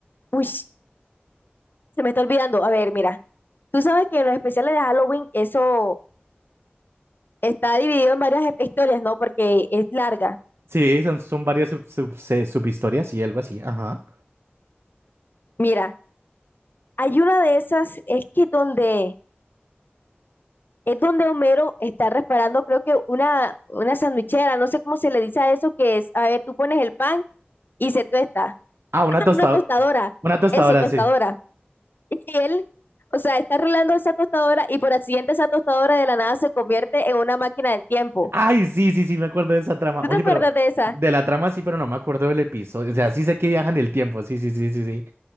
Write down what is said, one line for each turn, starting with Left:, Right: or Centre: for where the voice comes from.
Left: uy, se me está olvidando. A ver, mira, tú sabes que en los especiales de Halloween eso está dividido en varias hep- historias, ¿no? Porque es larga.
Right: Sí, son, son varias sub, sub- se- subhistorias y algo así. Ajá.
Left: Mira, hay una de esas, es que donde, es donde Homero está reparando, creo que una, una sandwichera, no sé cómo se le dice a eso, que es, a ver, tú pones el pan y se tuesta.
Right: Ah, una
Left: Ah,
Right: tostadora.
Left: una tostadora,
Right: Una tostadora,
Left: eso, tostadora.
Right: sí.
Left: <laughs> Y él, o sea, está arreglando esa tostadora y por accidente esa tostadora de la nada se convierte en una máquina del tiempo.
Right: Ay, sí, sí, sí, me acuerdo de esa trama.
Left: ¿Tú
Right: Oye,
Left: te acuerdas
Right: pero
Left: de esa?
Right: de la trama sí, pero no me acuerdo del episodio. O sea, sí sé que viajan el tiempo. Sí, sí, sí, sí, sí.